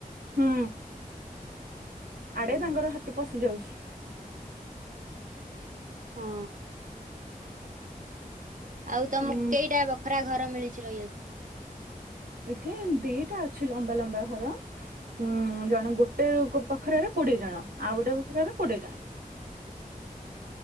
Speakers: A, on the right; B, on the right.
A: ହୁଁ। ଆଡ଼େ
B: ହଁ
A: ତାଙ୍କର ହାତୀ ପଶି ଯାଉଛି।
B: ହଁ। ଆଉ ତମକୁ
A: ଉଁ
B: କେଇଟା ବଖରା ଘର ମିଲିଚି ରହିବାକୁ?
A: ଏଠି ଦିଟା ଅଛି ଲମ୍ବା ଲମ୍ବା ଘର। ଉଁ ଜଣେ ଗୋଟେ ବଖରାରେ କୋଡିଏ ଜଣ। ଆଉ ଗୋଟେ ବଖରାରେ କୋଡିଏ ଜଣ।